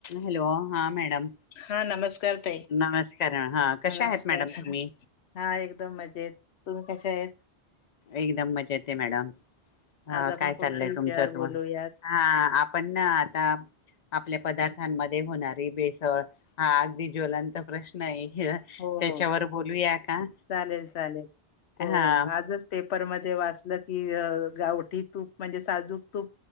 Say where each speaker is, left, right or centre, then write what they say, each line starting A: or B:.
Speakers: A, on the left; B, on the left.
A: Hello! हा madam.
B: हा नमस्कार ताई
A: नमस्कार हा अ
B: नमस्कार
A: कश्या आहेत मॅडम तुम्ही?
B: हा एकदम मजेत, तुम्ही कशा आहेत?
A: एकदम मजेत आहे मॅडम, हा
B: आज आपण
A: काय
B: कोणत्या
A: चाललंय
B: विषयावर
A: तुमच्यात
B: बोलूयात
A: म? हा आपण ना आता आपल्या पदार्थांमध्ये होणारी भेसळ‌. हा अगदी ज्वलांत प्रश्न आहे.
B: हो
A: त्याच्यावर
B: हो
A: बोलूया का?
B: चालेल -चालेल हो-
A: हा
B: हो आजच. पेपर मध्ये वाचलं की गावठी तूप म्हणजे साजूक तूप.